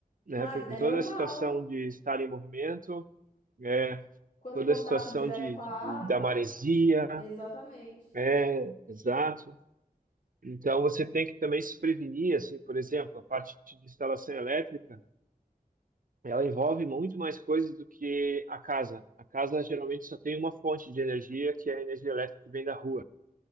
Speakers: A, on the right; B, on the left.
A: né?
B: Ah,
A: Por
B: é
A: toda
B: normal.
A: a situação de estar em movimento, é,
B: Quanto
A: toda
B: contato
A: a situação
B: direto
A: de,
B: com
A: de-
B: a água.
A: de- da maresia,
B: Exatamente.
A: é, exato. Então você tem que também se prevenir, assim, por exemplo, a parte de instalação elétrica Ela envolve muito mais coisas do que a casa. A casa geralmente só tem uma fonte de energia, que é a energia elétrica que vem da rua.